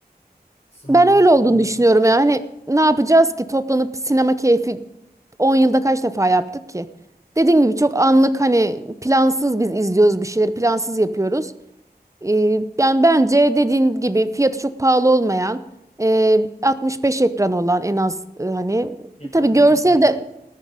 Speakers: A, on the left; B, on the right.
A: smartlardan
B: Ben öyle olduğunu
A: daha
B: düşünüyorum
A: ucuz.
B: ya. Hani ne yapacağız ki toplanıp sinema keyfi 10 yılda kaç defa yaptık ki? Dediğim gibi çok anlık hani plansız biz izliyoruz bir şeyleri plansız yapıyoruz. Ee, yani bence dediğin gibi fiyatı çok pahalı olmayan e, 65 ekran olan en az e, hani
A: Ekranı
B: tabii görsel
A: büyüklüğü önemli.
B: de